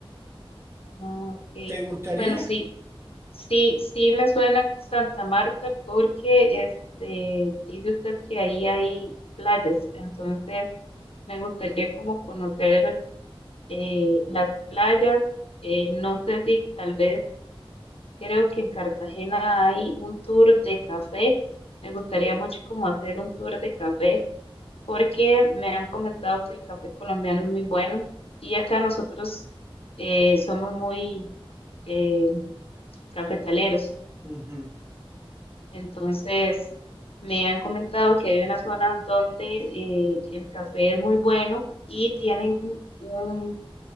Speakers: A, on the left; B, on the right.
A: ah, ok.
B: ¿Te gustaría?
A: Bueno, sí. Sí, sí me suena Santa Marta porque este dice usted que ahí hay playas, entonces me gustaría como conocer eh, las playas. eh, no sé si tal vez creo que en Cartagena hay un tour de café. Me gustaría mucho como hacer un tour de café porque me han comentado que el café colombiano es muy bueno y acá nosotros eh, somos muy eh, cafetaleros.
B: Ujú.
A: Entonces, me han comentado que hay unas zonas donde eh, el café es muy bueno y tienen un